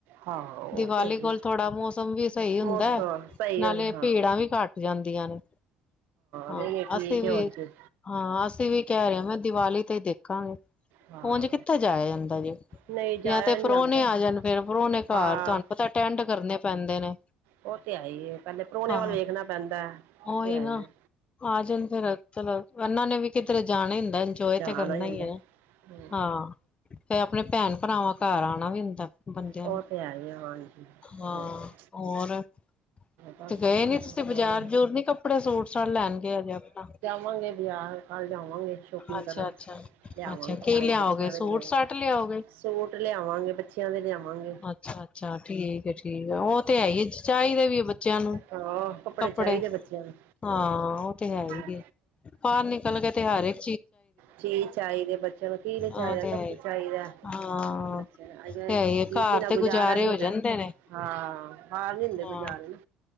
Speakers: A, on the right; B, on the left.
A: ਹਾਂ ਉਹ
B: ਦੀਵਾਲੀ
A: ਤੇ ਹੈਗੀ
B: ਕੋਲ ਥੋੜਾ ਮੌਸਮ ਵੀ ਸਈ ਹੁੰਦੈ।
A: ਮੌਸਮ ਸਹੀ
B: ਨਾਲੇ
A: ਹੋ ਜਾ ਹਾਂ
B: ਪੀੜ੍ਹਾ ਵੀ ਘੱਟ ਜਾਦੀਂਆ ਨੇ। ਹਾਂ
A: ਨਹੀਂ ਨਹੀਂ ਠੀਕ
B: ਅਸੀ ਵੀ
A: ਹੈ ਹੋਰ ਕੀ
B: ਹਾਂ ਅਸੀ ਵੀ ਕੈ ਰੇਆ ਨਾ ਦੀਵਾਲੀ ਤੇ ਈ ਦੇਖਾਂਗੇ।
A: ਹਾਂ
B: ਓੰਜ ਕਿੱਥੇ ਜਾਯਾ ਜਾਂ
A: ਨਹੀਂ ਜਾਇਆ
B: ਯਾ ਤੇ
A: ਨਹੀਂ
B: ਪਰੌਣੇ
A: ਜਾਂਦਾ
B: ਆ ਜਨ ਫੇਰ ਪਰੋਣੇ ਘੱਰ
A: ਹਾਂ
B: ਤੁਆਨੂੰ ਪਤਾ ਟੈਂਡ ਕਰਨੇ ਪੈਂਦੇ ਨੇ।
A: ਓ ਤੇ ਐ ਈ ਏ ਪੈਲੇ ਪਰੌਣੇਆ
B: ਹਾਂ।
A: ਵਲ ਵੇਖਣਾ ਪੈਂਦੈ। ਓ
B: ਉਹੀ
A: ਤੇ
B: ਨਾ।
A: ਐ ਈ ਏ।
B: ਆ ਜਣ ਫੇਰ ਚਲੋ ਐਨਾ ਨੇ ਵੀ ਕਿਧਰੇ ਜਾਣਾ ਈ ਹੁੰਦਾ। ਜੋਏ
A: ਜਾਣਾ
B: ਤੇ ਕਰਨਾ
A: ਹੀ
B: ਈ
A: ਹੁੰਦਾ
B: ਏ ਨਾ।
A: ਹਮ
B: ਹਾਂ ਫੇ ਓ ਅਪਣੇ ਪੈਣ-ਪਰਾਵਾਂ ਕਾਰ ਆਨਾ ਵੀ ਹੁੰਦਾ। ਬੰਦਿਆਂ
A: ਉਹ
B: ਨੂੰ।
A: ਤੇ ਹੈ ਹੀ ਹੈ ਹਾਂਜੀ ਉਹ
B: ਹਾਂ
A: ਤੇ ਹੈ ਹੀ ਹੈ
B: ਔਰ
A: ਬਸ
B: ਤੇ ਗਏ
A: ਵਧੀਆ
B: ਨੀ ਤੁਸੀ
A: ਹੋਰ
B: ਬਜ਼ਾਰ-ਬਜੂਰ ਨੀ ਕੱਪੜੇ ਸੂਟ-ਸਾਟ ਲੈਣ ਗਏ ਹਜੇ ਅਪਣਾ?
A: ਵਾਂਗੇ ਬਜਾਰ ਕੱਲ ਜਾਵਾਂਗੇ। ਸ਼ੋਪਿੰਗ
B: ਅੱਛਾ
A: ਕਰਨ
B: ਅੱਛਾ
A: ਲਿਆਵਾਂਗੇ
B: ਅੱਛਾ
A: ਕੱਪੜੇ
B: ਕੀ ਲਿਆਓਗੇ
A: ਬੱਚਿਆਂ
B: ਸੂਟ
A: ਦੇ ਵੀ ਲੈਣੇ
B: ਸਾਟ ਲਿਆਓਗੇ।
A: ਸੂਟ ਤੇ ਲਿਆਵਾਂਗੇ ਬੱਚਿਆਂ ਦੇ ਲਿਆਵਾਂਗ।
B: ਅੱਛਾ-ਅੱਛਾ, ਠੀਕ ਏ-ਠੀਕ ਏ। ਓ ਤੇ ਐ ਈ ਏ ਚਾਈਦੇ ਵੀ ਏ ਬੱਚਿਆਂ ਨੂੰ
A: ਹਾਂ
B: ਕੱਪੜੇ
A: ਚਾਹੀਦੇ ਬੱਚਿਆਂ ਨੂੰ
B: ਹਾਂ ਓ ਤੇ ਹੈ
A: ਹਾਂ
B: ਈ ਏ। ਪਾਰ ਨਿਕਲਗੇ ਤੇ ਹਰ ਏਕ
A: ਚੀਜ਼ ਚਾਈਦੀ ਬੱਚਿਆਂ ਨੂੰ ਕੀ ਨੀ
B: ਹਾਂ
A: ਚਾਈਦਾ
B: ਤੇ
A: ਸਭ
B: ਹੈ
A: ਕੁੱਛ ਚਾਇਦੈ।
B: ਹਾਂ
A: ਤੇ ਫੇਰ ਆਈ ਜਾਈ
B: ਤੇ ਹੈ ਹੀ
A: ਡਿਪੀ
B: ਘਰ
A: ਨਾ
B: ਤੇ
A: ਗੁਜ਼ਾਰਾ
B: ਗੁਜ਼ਾਰੇ
A: ਨੀ
B: ਹੋ
A: ਹੈਗਾ।
B: ਜਾਂਦੇ ਨੇ
A: ਹਾਂ ਬਾਰ ਨੀ ਹੁੰਦੇ
B: ਹਾਂ
A: ਗੁਜ਼ਾਰੇ ਨਾ।